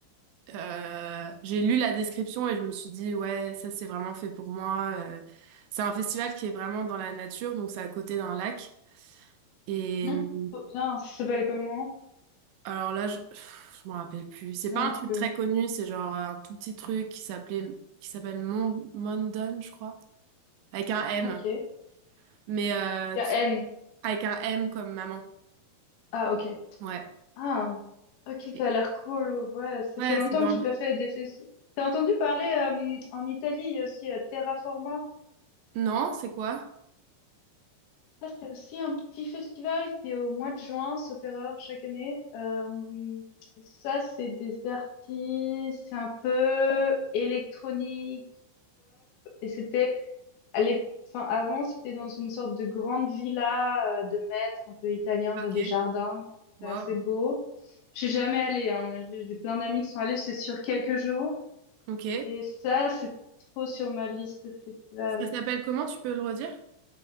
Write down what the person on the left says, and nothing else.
Non.
Trop bien, ça s'appelle comment?
Je me
souviens
plus.
Ok. Il
y a N.
Ah ok.
Ah, ok,
ça a l'air cool. Ouais, ça
fait longtemps
que j'ai
pas fait des festivals. T'as entendu parler euh, en Italie, il y a aussi euh, Terraforma.
Ça, c'est aussi un petit festival qui est au mois de juin, sauf erreur, chaque année. Euh, ça, c'est des artistes, c'est un peu électronique. Et c'était à l'ép- enfin, avant, c'était dans une sorte de grande villa euh, de maître un peu italien dans
des jardins.
C'est assez beau. Je suis jamais allée, hein, mais j'ai j'ai plein d'amis qui sont allés, c'est sur quelques jours.
Et ça, c'est trop sur ma liste de festivals.